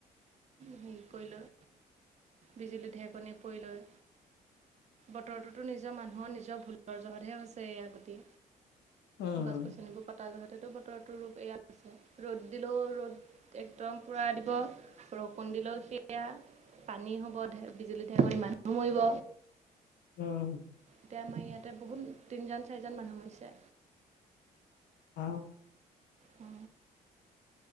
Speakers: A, on the right; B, on the left.
A: হেৰি কৰি লৈ, বিজুলী ঢেকনি পৰি লযৈ। বতৰটোতো নিজৰ মানুহৰ নিজৰ ভুলৰ জহতহে হৈছে এয়া গটি।
B: উম
A: গছ - গছনিবোৰ কটা যহতেতো, উৰ <unintelligible> ৰূপ এয়া আছে। ৰ'দ দিলেও ৰ'দ একদম পুৰা দিব, বৰষুণ দিলেও সেয়া পানী হ'ব, বিজুলী ঢেৰেকণীত মানুহ মৰিব।
B: উম।
A: এতিয়া আমাৰ ইয়াতে বহুত তিনজন চাৰিজন মানুহ মৰিছে।
B: অ।
A: অ।